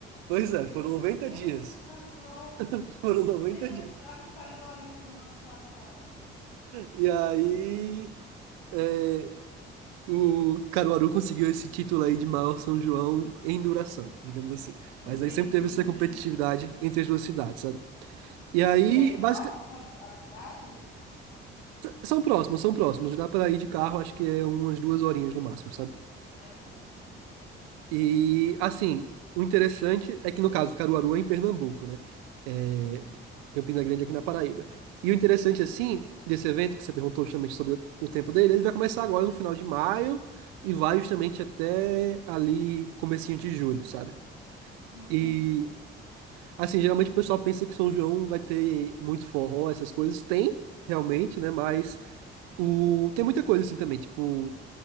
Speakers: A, on the right; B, on the left.
A: Pois é,
B: Três
A: foram 90
B: meses
A: dias.
B: de São João.
A: <laughs> Foram 90
B: Porque não
A: dias.
B: estava em Caruaru no ano passado.
A: E aí. é, O Caruaru conseguiu esse título aí de maior São João em duração, digamos assim. Mas
B: Entendi,
A: aí sempre teve essa
B: entendi,
A: competitividade
B: entendi.
A: entre as duas cidades, sabe? E
B: Que
A: aí,
B: legal. E é próxima
A: basicamente.
B: às às cidades?
A: São próximos, são próximos. Dá para ir de carro, acho que é umas duas horinhas no máximo, sabe?
B: Aham, entendi.
A: E, assim, o interessante é que, no caso, Caruaru é em Pernambuco, né? É,
B: Uhum,
A: Campina Grande é aqui na Paraíba. E o interessante, assim, desse evento que você perguntou justamente sobre o tempo dele, ele vai começar agora no final de maio e vai justamente até ali, comecinho de julho, sabe?
B: entendi.
A: E, assim, geralmente o pessoal pensa que São João vai ter muito forró, essas coisas. Tem, realmente, né? Mas o... tem muita coisa, assim, também. Tipo,